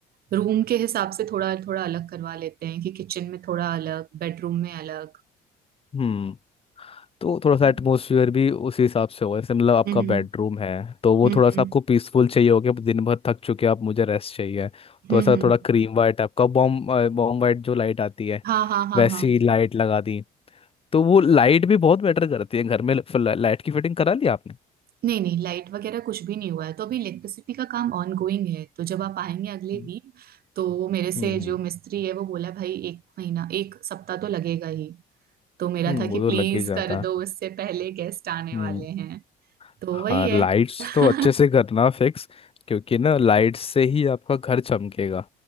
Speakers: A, on the right; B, on the left.
A: रूम के हिसाब से थोड़ा थोड़ा अलग करवा लेते हैं कि किचन में थोड़ा अलग बेडरूम में अलग
B: हम्म। तो थोड़ा सा
A: हम्म
B: एटमोसफियर भी उसी हिसाब से होगा जैसे मतलब आपका
A: हम्म
B: बेडरूम है तो वो
A: हम्म
B: थोड़ा सा आपको पीसफुल चाहिए होगा दिन भर थक चुके हैं आप मुझे रेस्ट चाहिए तो
A: हम्म,
B: ऐसा
A: हम्म।
B: थोड़ा क्रीम वाइट आपका बॉम अ, बॉम वाइट जो लाइट आती है
A: हाँ हाँ हाँ
B: वैसी
A: हाँ
B: लाइट लगा दी तो वो लाइट भी बहुत मैटर करती है घर में ल- ला- लाइट की फिटिंग करा ली आपने
A: नहीं नहीं लाइट वगैरह कुछ भी नहीं हुआ है तो अभी इलेक्ट्रिसिटी का काम ऑन गोइंग है तो जब आप आएंगे अगले
B: हम्म
A: वीक तो मेरे से
B: हम्म
A: जो मिस्त्री है वो बोला भाई एक महीना एक सप्ताह तो लगेगा ही तो मेरा
B: हम्म,
A: था
B: वो
A: कि
B: तो
A: प्लीज
B: लग ही जाता
A: कर
B: है
A: दो उससे पहले गेस्ट आने
B: हम्म
A: वाले तो
B: हाँ
A: वही है
B: लाइट्स
A: <laughs>
B: तो अच्छे से करना फिक्स क्योंकि ना लाइट्स से ही आपका घर चमकेगा